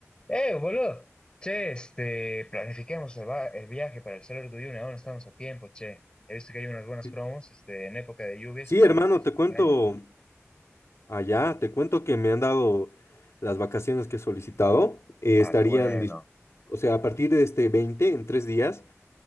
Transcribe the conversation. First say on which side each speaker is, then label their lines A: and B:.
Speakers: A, on the left; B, on the left.
A: Eh, boludo. Che, este, planifiquemos el, va- el viaje para el Salar de Uyuni. Aún estamos a tiempo, che. He visto que hay unas buenas
B: Sí,
A: promos, este, en época de lluvias
B: Sí,
A: que son
B: hermano,
A: a principios
B: te cuento
A: de año.
B: allá, te cuento que me han dado las vacaciones que he solicitado. eh,
A: Ah,
B: estarían,
A: qué bueno.
B: dis- o sea, a partir de este 20 en tres días,